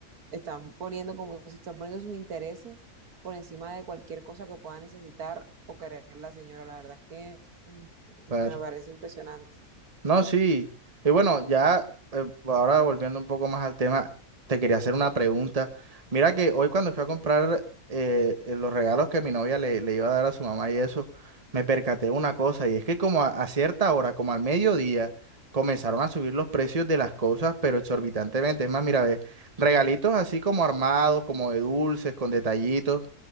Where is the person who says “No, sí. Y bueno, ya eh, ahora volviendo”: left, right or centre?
Right